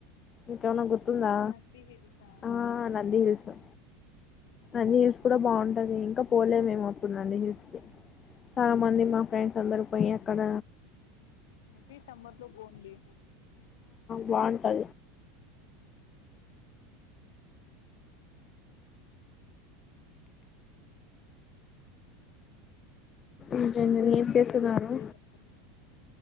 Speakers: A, on the left; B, on the left.
A: ఇంకేమనా గుర్ తుందా
B: నంది హిల్స్
A: ఆ నంది హిల్సు అదీ ఇప్పుడే బావుంటదీ ఇంకా పోలేమేం అప్పుడ్ నందీ హిల్స్ కీ చాలా మంది మా ఫ్రెండ్స్ అందరు పోయి ఎక్కడ
B: మెసీ సమ్బర్ లో పోన్లే
A: బావుంటది ఈ జంజనియం
B: ఇంకా ఏమన్నా
A: ఏం చేస్తున్నారు
B: ప్లేసెస్ ఉంటే చెప్పండి